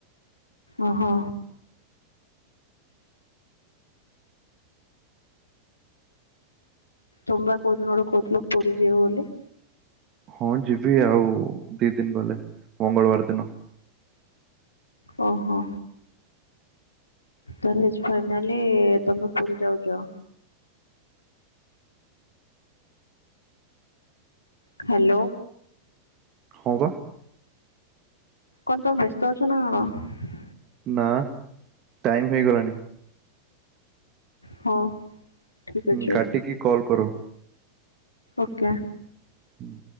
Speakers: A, on the left (about 80°); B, on the right (about 35°).
A: ଓହୋ ତବାା କହୁଦ ନୋଡ କହୁଥିଲଥିଲ ପରି ଯବ ବୋଲି
B: ହଁ ଯିବି ଆଉ ଦି ଦିନ ଗଲେ ମଙ୍ଗଳବାର ନ
A: ଓ ହୋ ତାହେ ଫାଇନାଲି ତମେ ପୁରୀ ଯାଉଛ ହ୍ୟାଲୋ
B: ହଉ ତ
A: କନ୍ତ ବ୍ୟସ୍ତୋଚନା କଣ
B: ନା ଟାଇମ ହେଇଗଲାଣି
A: ହଁ ଠିକ
B: ହୁଁ
A: ଅଛି
B: କାଟିକି କଲ୍ କର
A: ଓକେ
B: ହୁଁ